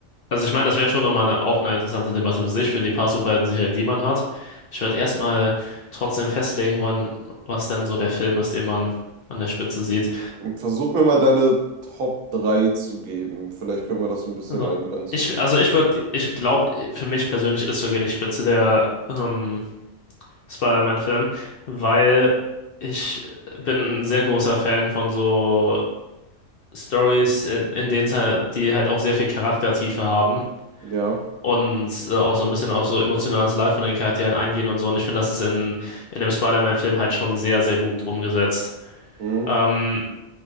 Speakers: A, on the left; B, on the right.
A: Also ich meine, das wäre schon nochmal eine, auch eine interessante Debatte für sich, für die paar Superhelden-Serien, die man hat. Ich würde erstmal trotzdem festlegen wollen, was denn so der Film ist, den man an der Spitze sieht.
B: Versuch mir mal deine Top 3 zu geben. Vielleicht können wir das ein bisschen
A: Also
B: eingrenzen.
A: ich, also ich würde, ich glaube, für mich persönlich ist sogar die Spitze der ähm, Spider-Man-Film, weil ich bin ein sehr großer Fan von so Stories, äh, in denen es halt, die halt auch sehr viel Charaktertiefe haben
B: Ja,
A: und äh, auch so ein bisschen auf so emotionales Leid von den Charakteren eingehen und so. Und ich finde, das ist in, in dem Spider-Man-Film halt schon sehr, sehr gut umgesetzt.
B: hm,
A: Ähm,